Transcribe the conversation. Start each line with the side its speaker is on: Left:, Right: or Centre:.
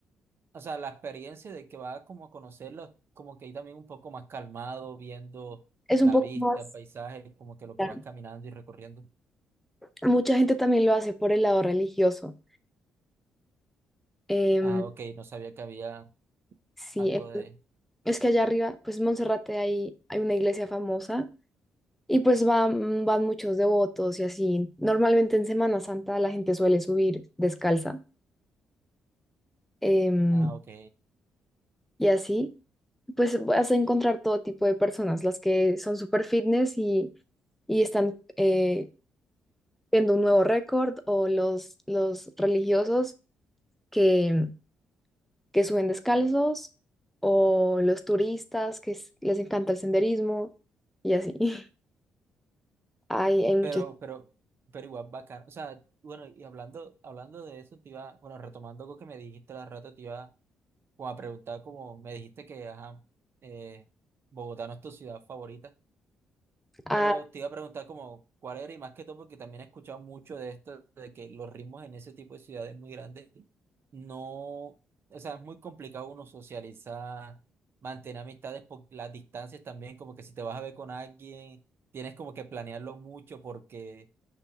Right: o sea, la experiencia de que va como a conocerlo, como que ahí también un poco más calmado, viendo
Centre: es
Right: la
Centre: un poco
Right: vista,
Centre: más...
Right: el paisaje, como que lo
Centre: claro.
Right: que vas caminando y recorriendo.
Centre: Mucha gente también lo hace por el lado religioso Em,
Right: Ah, ok, no sabía que había
Centre: Sí,
Right: algo
Centre: en-
Right: de,
Centre: es que allá arriba, pues Monserrate hay, hay una iglesia famosa y pues van, van muchos devotos y así. Normalmente en Semana Santa la gente suele subir descalza em,
Right: ah, ok,
Centre: y así, pues vas a encontrar todo tipo de personas, las que son super fitness y, y están eh, viendo un nuevo récord o los, los religiosos que, que suben descalzos o los turistas que s- les encanta el senderismo y así. <laughs> Hay, hay muchos.
Right: pero, pero, pero igual bacán. O sea, bueno, y hablando, hablando de eso, te iba, bueno, retomando algo que me dijiste hace rato, te iba o a preguntar como me dijiste que, ajá, eh, Bogotá no es tu ciudad favorita,
Centre: Ah,
Right: pero te iba a preguntar como cuál era y más que todo porque también he escuchado mucho de esto, de que los ritmos en ese tipo de ciudades muy grandes no, o sea, es muy complicado uno socializar, mantener amistades por las distancias también, como que si te vas a ver con alguien, tienes como que planearlo mucho porque